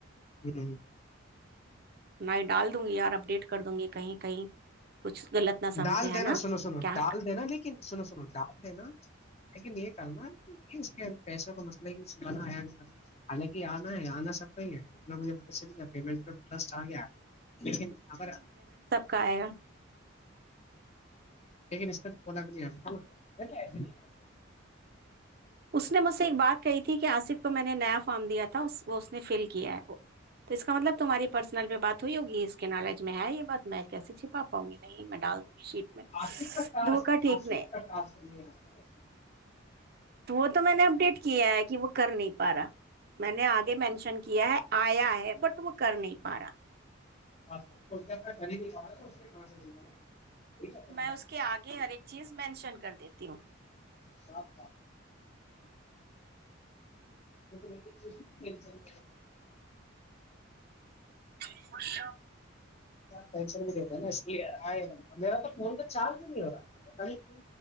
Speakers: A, on the left (about 30°); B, on the right (about 50°).
A: ہوں
B: میں ڈال دوں گی یار اپ ڈیٹ کر دوں گی کہیں کہیں کچھ غلط نہ سمجھے
A: ڈال
B: ہے
A: دینا
B: نا
A: سنو سنو
B: کیا
A: ڈال دینا لیکن سنو سنو ڈال دینا لیکن یہ کرنا پیسے کا مسئلہ ہی اس بنا یا نہیں بنا حالانکہ آنا ہے آنا سب کا ہی ہے اتنا مجھے پتا چل گیا پیمنٹ پ ٹرسٹ آ گیا لیکن اگر
B: کایا
A: لیکن اس پ تو بلا نہیں
B: اس نے مجھ سے ایک بات کہی تھی کہ آصف کو میں نے نیا فارم دیا تھا اس وہ اس نے فل کیا ہے تو اس کا مطلب تمہاری پرسنل میں بات ہوئی ہوگی اس کے نالج میں ہے یہ بات میں کیے چھپ پا پاؤں گی نہیں میں ڈال دوں گی شیٹ میں
A: آصف کا ٹاسک
B: دھوکا ٹھیک
A: آصف
B: نہیں
A: کا ٹاسک نہیں آیا
B: تو وہ تو میں نے اپڈیٹ کیا ہے کہ وہ کر نہیں پا رہا میں نے آگے مینشن کیا ہے آیا ہے بٹ وہ کر نہیں پارا
A: بس بس تو اننا کر ہی نہیں پا رہا تو اس کے کہاں سے دوں گا میں ٹھیک ہے تو
B: میں اس کے آگے ہر ایک چیز مینشن کر د
A: سپ ظغ کککززرظںںنن
B: ج خش
A: ٹینشن بھی دیتے نا اس لیےئے میرا تو فون تو چارج نہیں ہو رہا ہے پتا نہیں کیوں